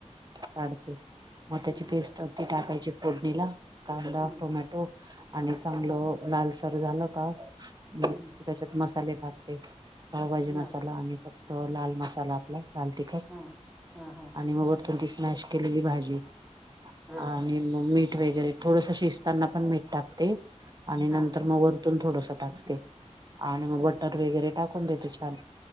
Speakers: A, on the right; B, in the centre.
A: काढते मोत्याची
B: हम्म
A: पेस्ट ती टाकायची फोडणीला कांदा,
B: हम्म
A: टोमॅटो आणि चांगलं
B: हम्म
A: लालसर झालं का त्याच्यात
B: हम्म
A: मसाले टाकते पावभाजी मसाला
B: हा
A: आणि फक्त लाल मसाला आपला लाल तिखट
B: हा हा हा.
A: आणि मग वरतून ती स्मॅश केलेली भाजी
B: हा
A: आणि मीठ वगैरे थोडस शिजताना पण मीठ टाकते आणि नंतर
B: हा
A: मग वर थोडस टाकते. आणि मग
B: हम्म
A: बटर वगैरे टाकून देते छान